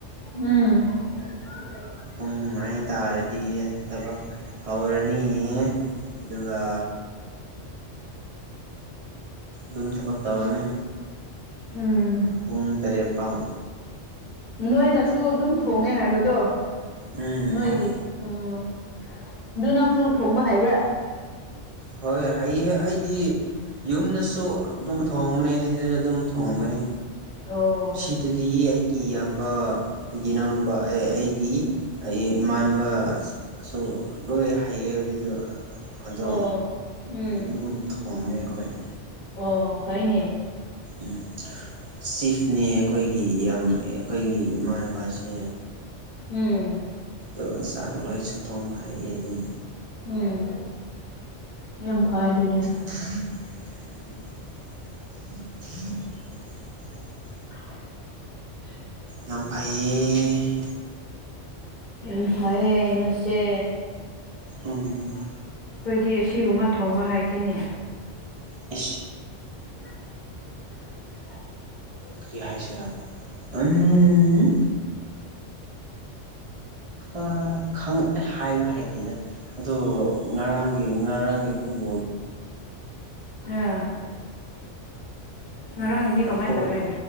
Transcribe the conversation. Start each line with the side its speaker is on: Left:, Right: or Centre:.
Left: ꯎꯝ <unintelligible>
Right: ꯄꯨꯡ ꯅꯥꯏꯟ ꯇꯥꯔꯗꯤ ꯊꯕꯛ ꯍꯧꯔꯅꯤ꯫ ꯑꯗꯨꯒ ꯝ ꯊꯥꯄꯛ ꯇꯥꯔꯅꯤ
Left: ꯎꯝ
Right: ꯄꯨꯡ ꯇꯔꯦꯠ ꯐꯥꯎ
Left: ꯅꯣꯏꯅꯁꯨ ꯑꯗꯨꯝ ꯊꯣꯡꯉꯦ ꯍꯥꯏꯕꯗꯣ
Right: ꯎꯝ
Left: ꯅꯣꯏꯗꯤ ꯎꯝ ꯑꯗꯨ ꯅꯪꯁꯨ ꯊꯣꯡꯕ ꯍꯥꯏꯕ꯭ꯔꯥ
Right: ꯍꯣꯏ ꯍ ꯑꯩꯗꯤ ꯌꯨꯝꯗꯁꯨ ꯑꯗꯨꯝ ꯊꯣꯡꯕꯅꯤ ꯁꯤꯗꯁꯨ ꯑꯗꯨꯝ ꯊꯣꯡꯕꯅꯤ꯫
Left: ꯑꯣ
Right: ꯁꯤꯗꯗꯤ ꯑꯩꯒꯤ ꯏꯌꯥꯝꯕ ꯑꯩꯒꯤ ꯏꯅꯥꯎꯅꯨꯄꯥ ꯑꯩꯒꯤ ꯑꯩ ꯏꯃꯥꯟꯅꯕ ꯁꯨ ꯂꯣꯏ ꯍꯩꯌꯦ ꯑꯗꯨꯗꯣ ꯑꯗꯣ
Left: ꯑꯣ ꯎꯝ
Right: ꯑꯗꯨꯝ ꯊꯣꯡꯉ ꯑꯩꯈꯣꯏ
Left: ꯑꯣ ꯐꯩꯅꯦ꯫
Right: ꯎꯝ ꯆꯤꯐꯅꯦ ꯑꯩꯈꯣꯏꯒꯤ ꯌꯥꯝ ꯑꯩꯈꯣꯏꯒꯤ ꯏꯃꯥꯟꯅꯕꯁꯦ
Left: ꯎꯝ
Right: ꯑꯗꯣ ꯆꯥꯛ ꯂꯣꯏꯁꯨ ꯊꯨꯝ ꯍꯥꯏꯌꯦ ꯑꯗꯨꯝ
Left: ꯎꯝ ꯌꯥꯝꯦꯝ ꯐꯥꯏꯗꯨꯗꯤ
Right: ꯍꯝ ꯎꯝ <inaudible>
Left: <unintelligible>
Right: ꯑꯐꯥꯏ
Left: ꯌꯥꯝ ꯐꯩꯌꯦ ꯅꯣꯏꯁꯦ꯫
Right: ꯎꯝ
Left: ꯑꯩꯈꯣꯏꯗꯤ ꯑꯁꯤꯒꯨꯝꯕ ꯊꯣꯡꯕ ꯍꯥꯏꯇꯦꯅꯦ
Right: ꯑ
Left: <unintelligible>
Right: ꯀ꯭ꯔꯤ ꯍꯥꯏꯁꯤꯔꯥ ꯎꯝ ꯑ ꯈꯪ ꯍꯥꯏꯕ ꯍꯩꯇꯦꯗ ꯑꯗꯣ ꯉꯔꯥꯡꯒꯤ ꯉꯔꯥꯡꯒꯤ ꯐꯨꯠꯕꯣꯜ
Left: ꯑ ꯉꯔꯥꯡꯗꯤ ꯀꯃꯥꯏ
Right: ꯄꯣꯔꯠ
Left: ꯇꯧꯔꯦ